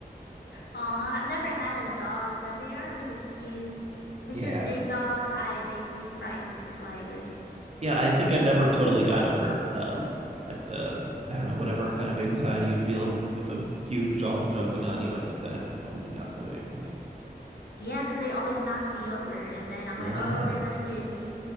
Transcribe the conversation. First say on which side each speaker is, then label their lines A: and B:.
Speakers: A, on the left (about 85°); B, on the right (about 40°).
A: Aw, I've never had a dog, but they are really cute. It's
B: <laughs> yeah.
A: just big dogs, I they do frighten me slightly.
B: Yeah, I think I never totally got over um like the I don't know, whatever kind of anxiety you feel with a huge dog jumping on you. I think that has totally gotten away from me.
A: Yeah, 'cause they always knock me over, and then I'm
B: Yeah.
A: like, oh, they're gonna get me.